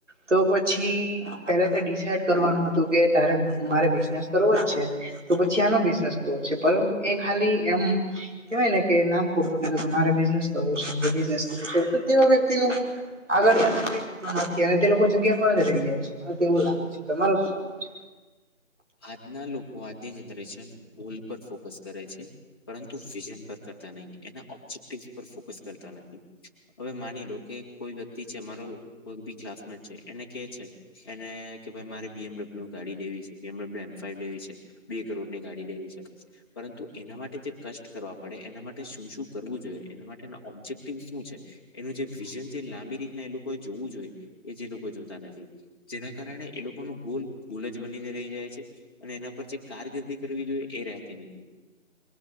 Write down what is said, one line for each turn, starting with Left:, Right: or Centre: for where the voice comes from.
Right: તો પછી પહેલા તે ડિસાઈડ કરવાનું હતું કે તારે મારે બિઝનેસ કરવો જ છે. તો પછી આનો બિઝનેસ કરવો છે પરંતુ એ ખાલી એમ કેવાય ને કે નામ પૂરતું કે મારે બિજનેસ કરવું છે બિજનેસ કરવું તો તે વ્યક્તિનું આગળયાત્રા કઈ શક નથી અને તે લોકો જગ્યા પર જ રહી જાય છે મને તેવું લાગે છે તમાર શું છે
Left: આજના લોકો આજની જનરેશન સ્કુલ પર ફોકસ કરે છે પરંતુ વિઝન પર કરતા નહી એના ઓબ્જેક્ટિવ પર ફોક કશ કરતા નથી હવે માની લો કે કોઈ વ્યક્તિ તી છે મારો કોઈ બી ક્લાસમેટ છે એને કે છે છે ને કે ભાઈ મારે બી એમડબલ્યુ ગાડી લેવી છે. બમ ફાઈવ લેવી છે બે કરોડ ની ગાડી લેવી છે પરંતુ એના માટે જે કષ્ટ કરવા પડે એના માટે શું શું કરવું જોઈએ એના માટેના ઓબ્જેક્ટિવ શું છે એનું જે વિઝન જે લાંબી રીતના એ લોકોએ જોવું જોઈએ એ જે લોકો જોતા નથી જેના કારણે એ લોકો ન ગોલ ગોલ જ બ રહી જાય છે અને એના પર જે કારકિર્દી કરવી જોઈએ એ રહેતી નથી